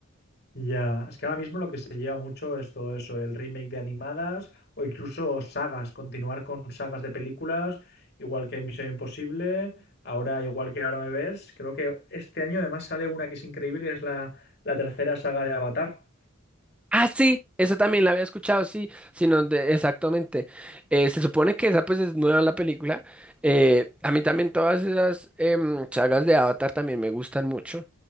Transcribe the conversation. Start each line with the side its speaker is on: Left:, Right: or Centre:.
Left: Ya, es que ahora mismo lo que se lleva mucho es todo eso, el remake de animadas o incluso sagas, continuar con sagas de películas, igual que Misión Imposible, ahora igual que Ahora me ves, creo que este año además sale una que es increíble, que es la, la tercera saga de Avatar.
Centre: Ah, sí, esa también la había escuchado, sí, sino de- exactamente. Eh, se supone que esa pues es nueva la película. Eh, a mí también todas esas em, sagas de Avatar también me gustan mucho.